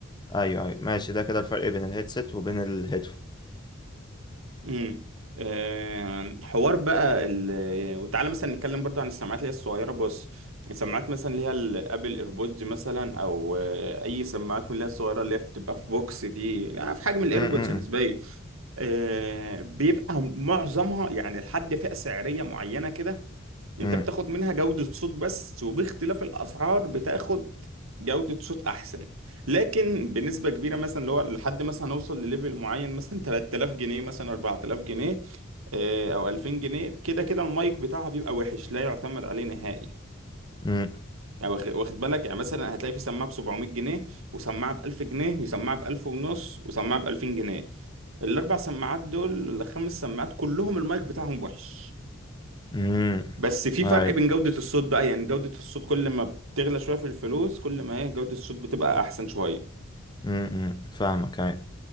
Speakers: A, on the left; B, on the right.
A: أيوه أيوه ماشي ده كده الفرق بين الهيدسيت وبين الهيدفون
B: امم آه، حوار بقى ال... وتعالى مثلا نتكلم برضو عن السماعات اللي هي الصغيره بص السماعات مثلا اللي هي الابل ايربودز مثلا او آه، اي سماعات من اللي هي الصغيره اللي هي بتبقى في بوكس دي لا في حجم الايربودز
A: م-م.
B: نسبيا آه، بيبقى معظمها يعني لحد فئه سعريه معينه كده
A: م-م.
B: انت بتاخد منها جودة صوت بس وباختلاف الاسعار بتاخد جودة صوت احسن لكن بنسبة كبيرة مثلا اللي هو لحد مثلا هنوصل لليفل معين مثلا 3000 جنيه مثلا 4000 جنيه آه، او 2000 جنيه كده كده المايك بتاعها بيبقى وحش لا يعتمد عليه نهائي
A: م-م.
B: يعني واخد واخد بالك يعني مثلا هتلاقي في سماعة ب 700 جنيه وسماعة ب 1000 جنيه وسماعة ب 1000 ونص وسماعة ب 2000 جنيه الاربع سماعات دول الخمس سماعات كلهم المايك بتاعهم وحش
A: م-م.
B: بس في
A: أيوه
B: فرق بين جودة الصوت بقى يعني جودة الصوت كل ما بتغلى شوية في الفلوس كل ما ايه جودة الصوت بتبقى أحسن شوية
A: م-م. فاهمك أيوه